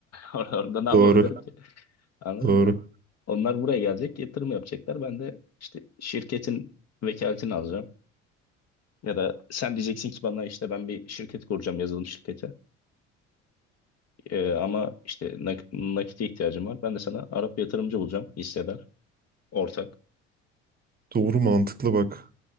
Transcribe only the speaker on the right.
doğru,
doğru.
Doğru mantıklı bak.